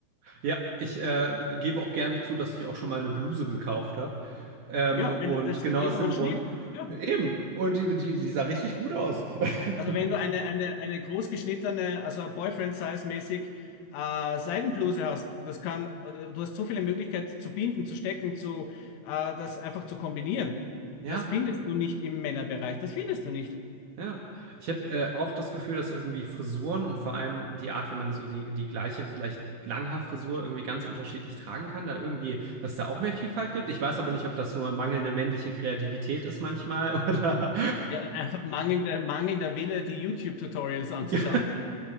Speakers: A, on the right; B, on the left.
A: Ja, ich äh, gebe auch gerne zu, dass ich auch schon mal eine Bluse gekauft habe. Ähm,
B: Ja,
A: und
B: wenn, das,
A: genau
B: es geht
A: aus
B: um
A: dem
B: einen Schnitt.
A: Grund.
B: Ja.
A: Eben. Und die, die, die sah richtig gut aus. <laughs>
B: Also wenn du eine, eine, eine großgeschnittene, also Boyfriend-Size-mäßig äh, Seidenbluse hast, das kann, äh, du hast so viele Möglichkeiten zu binden, zu stecken, zu äh, das einfach zu kombinieren.
A: Ja,
B: Das findest du nicht im Männerbereich. Das findest du nicht.
A: ja. Ich habe äh, auch das Gefühl, dass irgendwie Frisuren und vor allem die Art, wie man so die, die gleiche, vielleicht Langhaarfrisur irgendwie ganz unterschiedlich tragen kann, da irgendwie, dass es da auch mehr Vielfalt gibt. Ich weiß aber nicht, ob das nur mangelnde männliche Kreativität ist manchmal <laughs> oder.
B: Ja, einfach mangelnder, mangelnder Wille, die YouTube-Tutorials anzuschauen.
A: <laughs>